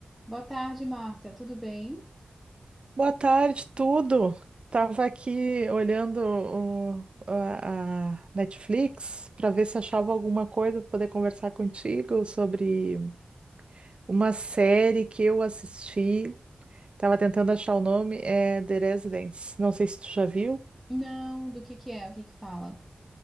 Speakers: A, in the centre; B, on the right.
A: Boa tarde, Marta. Tudo bem?
B: Boa tarde, tudo. Tava aqui olhando o- a, a Netflix para ver se achava alguma coisa para poder conversar contigo sobre uma série que eu assisti. Tava tentando achar o nome, é The Residence. Não sei se tu já viu.
A: Não, do que que é? O que que fala?